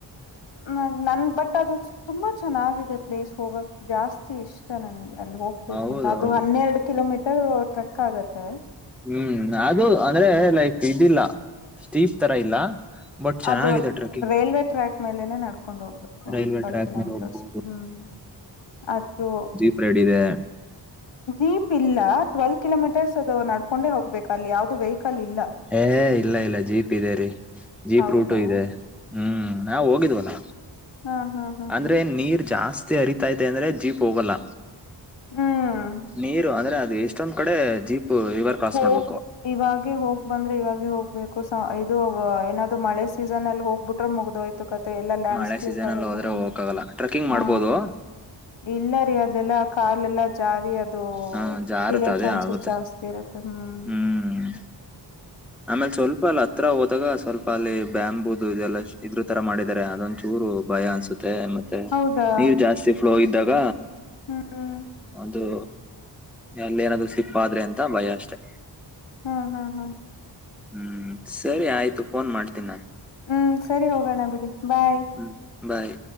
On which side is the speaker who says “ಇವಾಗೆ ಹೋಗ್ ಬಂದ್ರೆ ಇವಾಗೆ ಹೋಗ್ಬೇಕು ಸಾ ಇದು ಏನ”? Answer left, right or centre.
Left